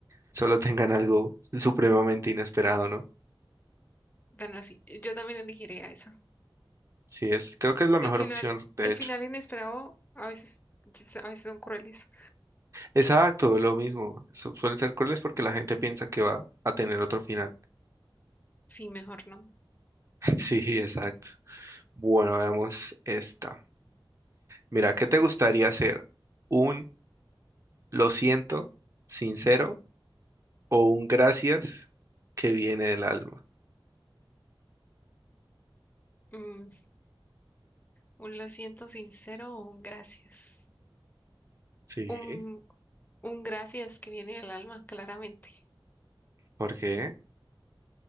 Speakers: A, on the right; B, on the left.
A: solo tengan algo supremamente inesperado, ¿no?
B: Bueno, sí, yo también elegiría esa.
A: Sí, es, creo que es la mejor
B: El final,
A: opción, de
B: el
A: hecho.
B: final inesperado a veces, yes, a veces son crueles.
A: Exacto, lo mismo. su- suelen ser crueles porque la gente piensa que va a tener otro final.
B: Sí, mejor no.
A: <laughs> Sí, exacto. Bueno, veamos esta. Mira, ¿qué te gustaría hacer? ¿Un lo siento, sincero o un gracias que viene del alma?
B: Mm, un lo siento sincero o un gracias.
A: Sí,
B: Un, un gracias que viene del alma, claramente.
A: ¿por qué?